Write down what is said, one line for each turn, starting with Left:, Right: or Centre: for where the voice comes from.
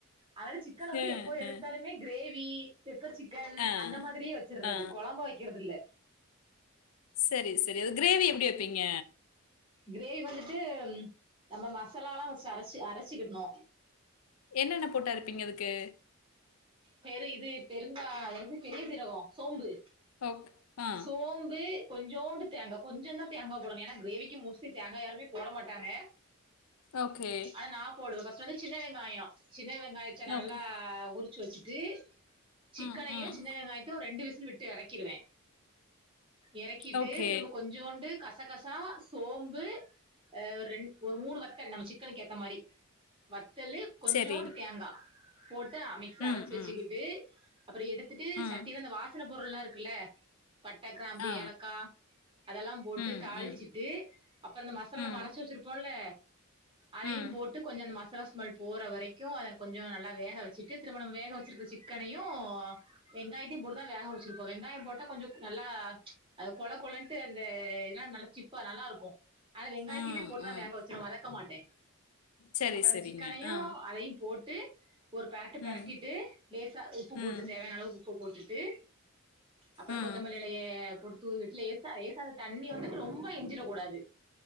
Right: அதனால சிக்கன்
Left: அ,
Right: வந்து எப்போ
Left: அ.
Right: எடுத்தாலுமே கிரேவி பெப்பர் சிக்கன்
Left: ஆ,
Right: அந்த மாதிரியே வச்சுர்றது
Left: ஆ.
Right: கொழம்பா வைக்கறதில்ல
Left: செரி செரி அது கிரேவி எப்டி வப்பீங்க
Right: கிரேவி வந்துட்டு ம் நம்ம மசாலால்லா ஃபஸ்ட்டு அரச்சு அரச்சுக்கிட்ணு
Left: என்னென்ன போட்டு அரைப்பீங்க அதுக்கு
Right: பெரு இது பெருங்கா அது என்னது பெரிய சீரகோ சோம்பு
Left: ஓக் ஆ.
Right: சோம்பு கொஞ்சோண்டு தேங்கா கொஞ்சந்தா தேங்கா போடணு ஏன்னா கிரேவிக்கி மோஸ்ட்லி தேங்கா யாருமே போட மாட்டாங்க
Left: ஓகே.
Right: ஆனா நா போடுவே ஃபஸ் கொஞ்சோ சின்ன வெங்காயோ சின்ன வெங்காயத்த நல்லா
Left: ஓகே.
Right: உரி ச்சு வச்சிட்டு சிக்கனயு
Left: ம், ம்.
Right: சின்ன வெங்காயத்தயு ரெண்டு விசி லு விட்டு எறக்கிருவே எறக்கிட்டு
Left: ஓகே.
Right: திரும்ப கொஞ்சோண்டு கசகசா சோம்பு ஆ ஒரு ரெண் ஒரு மூணு வத்தல் நம்ம சிக்கனுக்கு ஏத்த மாரி வத் தலு கொஞ்சோண்டு
Left: சரி.
Right: தேங்கா போட்டு அ ரச்சு
Left: ம்,
Right: வச்சுக்கிட்டு
Left: ம்.
Right: அப்புற எடுத்துட்டு
Left: ம்.
Right: சட்டில அந்த வாசன பொருள்லா இருக்குல்ல பட்ட கிராம்பு
Left: ஆ.
Right: ஏலக்கா அதெல்லாம் போட்டு
Left: ம்,
Right: தாளிச்சுட்டு
Left: ம்.
Right: அப்புற இந்த மசாலா
Left: ம்.
Right: நம்ம அரச்சு வச்சிருப்போல்ல அதையு
Left: ம்.
Right: போட்டு கொஞ்ச அந்த மசாலா ஸ் மெல் போற வரைக்கு அத கொஞ்ச நல்லா வேக வச்சுட்டு திருமும நம வேக வச்சிருக்க சிக்கனையு வெங்காயத்தியு போட்டுதா வேக வச்சிருப்போ வெங்காயோ போட்டா கொஞ்சோ நல்லா கொழ கொழன்ட்டு அந்த இதனால நல்லா சிப்பா நல்லா இருக்கு ஆனா வெங்காயத்தியுமே
Left: ம்.
Right: போட்டுதா
Left: ம்.
Right: வேக வச்சிரு வதக்க மாட்டே
Left: சரி,
Right: அப்புறோ
Left: சரிங்க.
Right: அந்த சிக்கனையு
Left: ஆ.
Right: அதையு போட் ட்டு ஒரு ட்டு பெறட்டிட்டு
Left: ம்.
Right: லேசா உப்பு
Left: ம்.
Right: போட்டு தேவையான அளவு உப்பு போட்டுட் ட்டு அப்புற
Left: ம்.
Right: கொத்தமல்லி இலைய தூவிட்டு லேசா லேசா தண்ணி வந்துட்டு ரொம்ப எஞ்சிரக் கூடாது